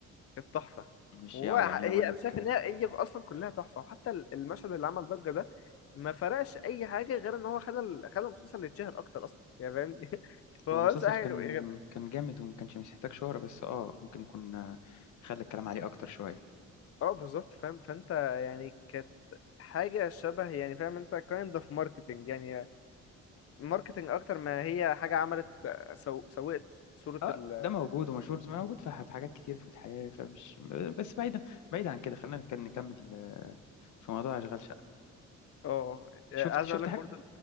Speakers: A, on the left; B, on the left.
A: كانت تحفه
B: مش
A: هو
B: يا يعني انا
A: هي
B: بقول لك
A: انا شايف
B: آه،
A: ان هي هي اصلا كلها تحفه وحتى ال- المشهد اللي عمل ضجه ده ما فرقش اي حاجه غير ان هو خلى ال- خلى المسلسل يتشهر اكتر اصلا يعني فاهمني <laughs> هو
B: هو المسلسل
A: بس حاجه
B: كان
A: غير
B: كان جامد وما كانش محتاج شهره بس اه ممكن يكون آه، خلى الكلام عليه اكتر شويه
A: اه بالظبط فاهم فانت يعني كانت حاجة شبه يعني فاهم انت kind of marketing يعني marketing اكتر ما هي حاجة عملت سو... سوقت صورة
B: اه
A: ال
B: ده موجود ومشهور زي ما موجود في في حاجات كتير في الحياة فمش بس بعيدا بعيدا عن كده خلينا نك- نكمل آه، في موضوع أشغال شقة
A: اه يعني
B: شفت
A: عايز
B: شفت
A: اقول لك
B: حاجة
A: برضو